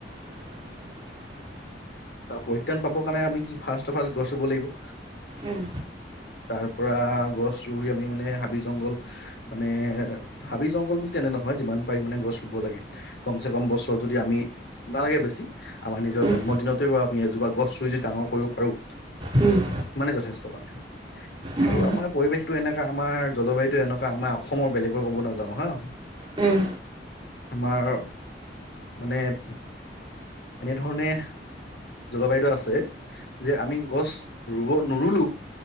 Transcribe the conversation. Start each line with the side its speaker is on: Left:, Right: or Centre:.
Right: <inaudible>
Left: তা পৰিত্ৰাণ পাব কাৰণে আমি কি ফাৰ্ষ্ট ফাৰ্ষ্ট গছ ৰুব লাগিব
Right: উম, উম,
Left: তাৰপৰা গছ ৰুই আমি মানে, হাবি জংঘল মানে হাবি জংঘল বুলি তেনে নহয়, যিমান পাৰি মানে গছ ৰুব লাগে কমচে কম বছৰত যদি আমি নালাগে বেছি, আমাৰ নিজৰ
Right: উম,
Left: জন্মদিনতেই বাৰু আমি এজোপা গছ ৰুই যদি ডাঙৰ কৰিব পাৰোঁ
Right: উম'
Left: ইমানে যথেষ্ট মা, নে
Right: উম,
Left: আৰু আমাৰ পৰিৱেশটো এনেকা আমাৰ জলবায়ুটো এনেকুৱা, আমাৰ অসমৰ বেলেগৰ ক'ব নাযাওঁ হা
Right: উম'
Left: আমাৰ মানে এনেধৰণে জলবায়ুটো আছে, যে আমি গছ ৰুব নৰুলো